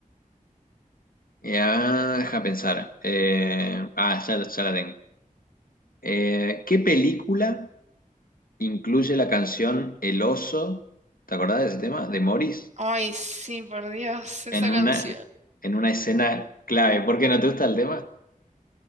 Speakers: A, on the left; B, on the right.
A: Ya, deja pensar. Eh, ah, ya, ya la tengo. Eh, ¿qué película incluye la canción El oso? ¿Te acordás de ese tema? De Morris.
B: Ay, sí, por Dios, esa
A: En
B: canción.
A: una, en una escena clave. ¿Por qué no te gusta el tema?